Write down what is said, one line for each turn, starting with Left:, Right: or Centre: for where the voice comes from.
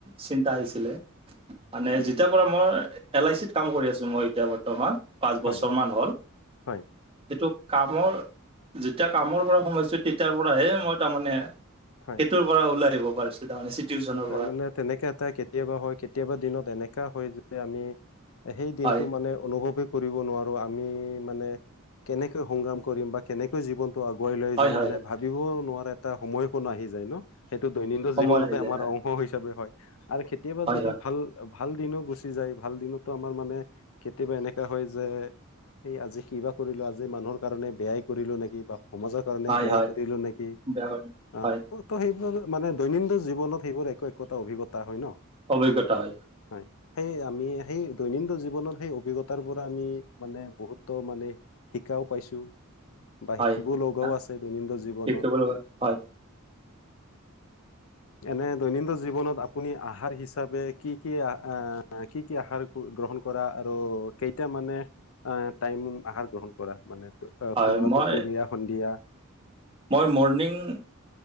Right: চিন্তা আহিছিলে মানে যেতিয়াৰ পৰা মই এল আই চিত কাম কৰি আছো মই এতিয়া বৰ্তমান পাঁচ
Left: হয়
Right: বছৰ মান হ'ল
Left: হয়
Right: ্ কামৰ যেতিয়া কামৰ পৰা সোমাইছো তেতিয়াৰ পৰাহে মই তাৰমানে,
Left: হয়
Right: সেইটোৰ পৰা ওলাই আহিব পাৰিছে তাৰমানে চিটুৱেশ্যনৰ
Left: তাৰমানে
Right: পৰা
Left: তেনেকে এটা কেতিয়াবা হয় কেতিয়াবা দিনত এনেকা হয় যে আমি সেই দিনটো
Right: হয়
Left: মানে অনুভৱেই কৰিব নোৱাৰো। আমি মানে কেনেকৈ সংগ্ৰাম কৰিম বা কেনেকৈ জীৱনতটো আগুৱাই
Right: হয়
Left: লৈ যাম
Right: হয়
Left: মানে
Right: হয়
Left: ভাবিবও নোৱাৰো। এটা সময় কোন আহি যায় ন, সেইটো দৈনন্দিন
Right: সময়
Left: জীৱনতে
Right: আহি যায়
Left: আমাৰ
Right: হয়
Left: অংশ হিচাপে হয়। আৰু কেতিয়াবা
Right: হয়
Left: যদি
Right: হয়
Left: ভাল ভাল দিনো গুচি যায়। ভাল দিনতো আমাৰ মানে কেতিয়াবা এনেকা হয় যে, এই আজি কিবা কৰিলো আজি মানুহৰ কাৰণে বেয়াই কৰিলো নেকি বা সমাজৰ কাৰণে
Right: হয়
Left: বেয়াই
Right: হয়
Left: কৰিলো নেকি
Right: বেয়া কথা।
Left: অ
Right: হয়
Left: ত সেইবোৰ মানে দৈনন্দিন জীৱনত সেইবোৰ একো একোটা অভিজ্ঞতা হয় ন।
Right: অভিজ্ঞতা হয়।
Left: হয় সেই আমি সেই দৈনন্দিন জীৱনৰত সেই অভিজ্ঞতাৰ পৰা আমি মানে বহুতো মানে শিকাও পাইছোঁ বা
Right: হয়
Left: শিকিব
Right: শিক্ষা,
Left: লগাও আছে দৈনন্দিন জীৱনত
Right: ঠিক কৰিব লগা হয়
Left: এনে দৈনন্দিন জীৱনত আপুনি আহাৰ হিচাপে কি কি আহ কি কি আহাৰ গ্ৰহণ, আৰু কেইটা মানে টাইম আহাৰ গ্ৰহণ কৰা মানে পুৱা
Right: হয় মই
Left: দুপৰীয়া সন্ধিয়া
Right: মই মৰ্ণিং